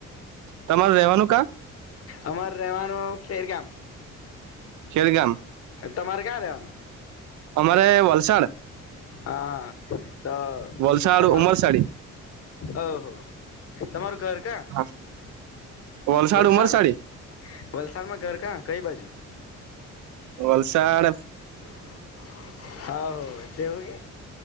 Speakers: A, on the right; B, on the left.
A: તમારે રહેવાનું કા
B: અમાર રહેવાનું ખેરગામ.
A: ખેરગામ.
B: તમારે ક્યાં રેવાનું?
A: અમારે વલસાડ.
B: આ હા તો
A: વલસાડ
B: તમા
A: ઉમરસાડી
B: ઓહો તમારું ઘર કા?
A: હા વલસાડ
B: વલસાડમાં?
A: ઉમરસાડી
B: વલસાડમાં ઘર કાં કઈ બાજુ?
A: વલસાળ
B: <unintelligible> હ તેવું કે